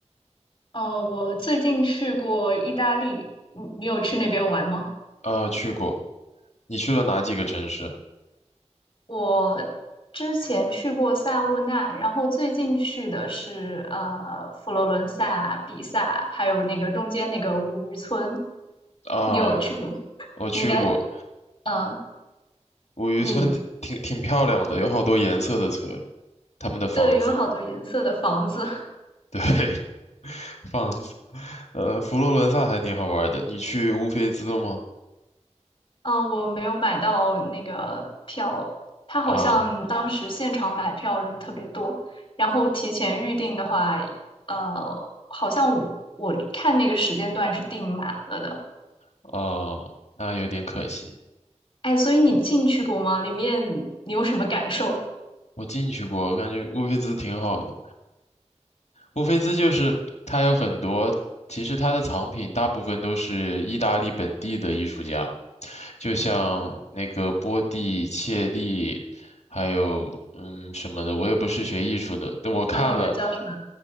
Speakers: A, on the left; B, on the left.
A: 嗯、呃，我最近去过意大利，你你有去那边玩吗？
B: 呃，去过。你去了哪几个城市
A: 我之前去过萨沃纳，然后最近去的是呃佛罗伦萨、比萨，还有那个中间那个五渔村，
B: 啊？
A: 你有去过吗？
B: 我去过
A: 你应该呃，
B: 五渔村挺，
A: 你
B: 挺挺漂亮的，有好多颜色的村，他们的房子，
A: 对，有好多颜色的房子。
B: 对，<laughs> 房子。呃，佛罗伦萨还挺好玩的，你去乌菲兹了吗？
A: 呃，我没有买到那个票，他好像当时现场买票人特别多，
B: 啊，
A: 然后提前预定的话，呃，好像我我看那个时间段是订满了的。
B: 哦，那有点可惜。
A: 哎，所以你进去过吗？里面你有什么感受？
B: 我进去过，我感觉乌菲兹挺好的。乌菲兹就是它有很多，其实它的藏品大部分都是意大利本地的艺术家。就像那个波蒂、
A: 哦，
B: 切利，还有嗯什么的，我也不是学艺术的，但我看了，
A: 呃，那个叫什么？